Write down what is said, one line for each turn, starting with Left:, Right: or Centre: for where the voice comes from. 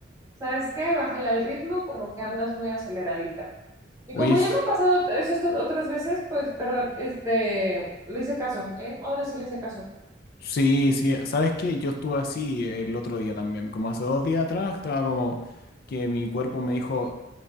Right: ¿sabes qué? Bájale al ritmo, como que andas muy aceleradita. Y
Left: Oye,
Right: como
Left: s-
Right: ya me ha pasado eso esto otras veces, pues, perdón, este, le hice caso, ¿eh? Ahora sí le hice caso.
Left: sí, sí, ¿sabes qué? Yo estuve así el otro día también, como hace dos días atrás, estaba como que mi cuerpo me dijo,